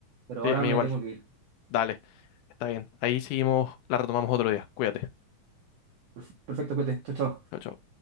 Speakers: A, on the right; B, on the left.
A: pero
B: sí,
A: ahora
B: a mí
A: me
B: igual.
A: tengo que ir.
B: Dale, está bien. Ahí seguimos, la retomamos otro día. Cuídate.
A: Perf- Perfecto, cuídate, chao, chao.
B: Chau, chau.